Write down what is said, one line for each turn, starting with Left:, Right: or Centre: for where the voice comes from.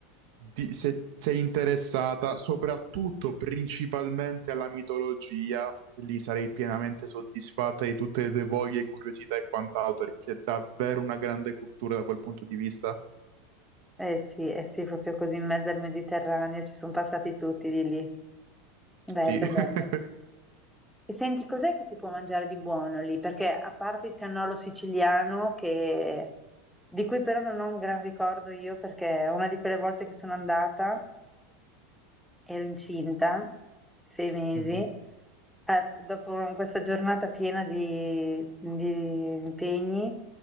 Right: di- se sei interessata soprattutto principalmente alla mitologia, lì sarei pienamente soddisfatta di tutte le tue voglie, curiosità e quant'altro, perché c'è davvero una grande cultura da quel punto di vista.
Centre: Eh sì, eh sì, proprio così in mezzo al Mediterraneo ci sono passati tutti di lì. Bello,
Right: Sì. <laughs>
Centre: bello. E senti, cos'è che si può mangiare di buono lì? Perché a parte il cannolo siciliano, che- di cui però non ho un gran ricordo io, perché una di quelle volte che sono andata ero incinta, sei mesi,
Right: Mhm.
Centre: Eh, dopo questa giornata piena di, di impegni,